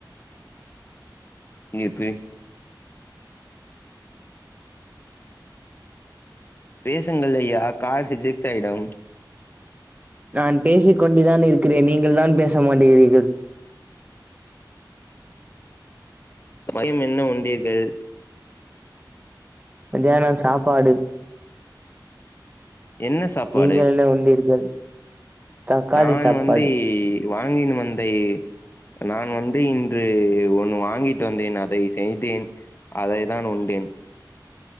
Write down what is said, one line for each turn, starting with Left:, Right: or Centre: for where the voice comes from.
Left: நீங்க பேய் பேசுங்கள்அய்யா கால் ரிஜெக்ட் ஆய்டும்
Right: நான் பேசிக்கொண்டிதான் இருக்கிறேன் நீங்கள் தான் பேச மாட்டிகிறீர்கள்
Left: மயம் என்ன உண்டீர்கள்
Right: மதியானம் சாப்பாடு
Left: என்ன சாப்பாடு
Right: நீங்கள் என்ன உண்டீர்கள் தக்காளி
Left: நான்
Right: சாப்பாடு
Left: வந்து வாங்கினு வந்தே நான் வந்து இன்று ஒன்னு வாங்கிட்டு வந்தேன் அதை செய்தேன் அதை தான் உண்டேன்